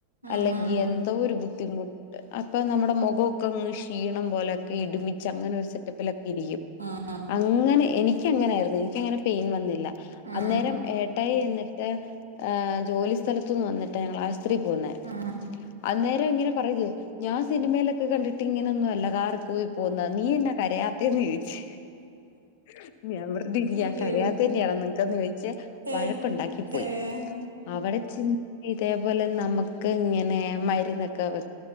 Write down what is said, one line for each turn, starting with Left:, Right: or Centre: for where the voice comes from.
Right: ഉം
Left: അല്ലെങ്കി
Right: ഉം
Left: എന്തോ ഒരു ബുദ്ധിമു അപ്പ നമ്മുടെ മുഖോക്കെ അങ്ങ് ക്ഷീണം പോലെക്കെ ഇട്മിച്ച് അങ്ങനെ ഒരു സെറ്റപ്പിലൊ ക്കിരിക്കും
Right: ഉം
Left: അങ്ങനെ എനിക്കങ്ങനായിരുന്നു എനിക്കങ്ങനെ പെയിൻ വന്നില്ല
Right: ഉം
Left: അന്നേരം ഏട്ടായി വന്നിട്ട ഏ ജോലി സ്ഥലത്തുന്ന് വന്നിട്ട ഞങ്ങള് ആശുത്രി പോവുന്നെ
Right: ആ
Left: അന്നേരം ഇങ്ങനെ പറയ ഞാൻ സിനിമയിലൊക്കെ കണ്ടിട്ട് ഇങ്ങനോന്നു അല്ല കാറ് പോയി പോന്നാ നീ എന്നാ കരയാത്തേന്ന് ചോയിച് <unintelligible>
Right: അയ്യോ
Left: കരയാത്തന്നെയാണോ നിങ്ങക്കന്ന് ചോയിച്
Right: ഏഹ്
Left: വഴക്കുണ്ടാക്കി പോയി
Right: ഏഹ്
Left: അവട ചെ ഇതേപോലെ നമുക്ക് ഇങ്ങനെ മരുന്നക്കെ വെ